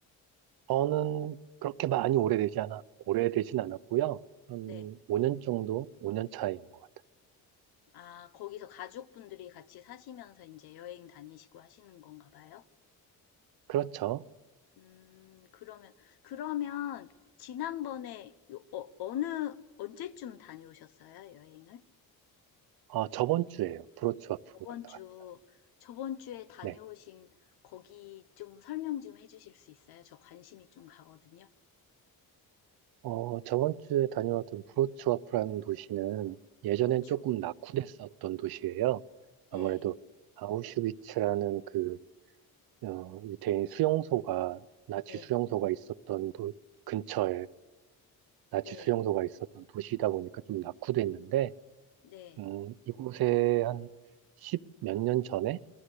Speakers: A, on the right (about 75°); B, on the left (about 85°).
A: 저는 그렇게 많이 오래되지 않아, 오래되진 않았고요. 한
B: 네.
A: 5년 정도, 5년 차인 것 같아요.
B: 아, 거기서 가족분들이 같이 사시면서 이제 여행 다니시고 하시는 건가 봐요.
A: 그렇죠.
B: 음, 그러면, 그러면, 지난번에, 요- 어, 어느, 언제쯤 다녀오셨어요, 여행을?
A: 아, 저번 주에요. 브로츠와프로
B: 저번
A: 갔다
B: 주,
A: 왔어요.
B: 저번 주에 다녀오신
A: 네.
B: 거기 좀 설명 좀 해주실 수 있어요? 저 관심이 좀 가거든요.
A: 어, 저번 주에 다녀왔던 브로츠와프라는 도시는 예전엔
B: 그렇죠.
A: 조금 낙후됐었던 도시예요. 아무래도
B: 네,
A: 아우슈비츠라는 그 어, 유태인 수용소가, 나치
B: 네,
A: 수용소가 있었던 도, 근처에 나치
B: 네,
A: 수용소가 있었던 도시이다 보니까 좀 낙후됐는데,
B: 네,
A: 음, 이곳에 한 십몇 년 전에